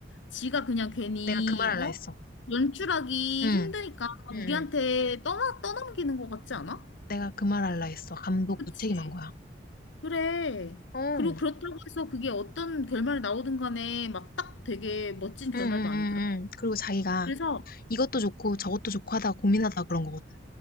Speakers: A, on the left; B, on the left.
A: 지가 그냥 괜히
B: 내가 그 말 할라
A: 어?
B: 했어.
A: 연출하기
B: 응.
A: 힘드니까
B: 응,
A: 우리한테 떠나 떠넘기는 것 같지 않아?
B: 내가 그 말 할라 했어. 감독
A: 그치?
B: 무책임한 거야.
A: 그래.
B: 응.
A: 그리고 그렇다고
B: 어,
A: 해서 그게 어떤 결말이 나오든 간에 막 딱 되게 멋진 결말도
B: 응, 응,
A: 아니더라.
B: 응, 응. 그리고 자기가
A: 그래서 어.
B: 이것도 좋고 저것도 좋고 하다가 고민하다가 그런 거거든.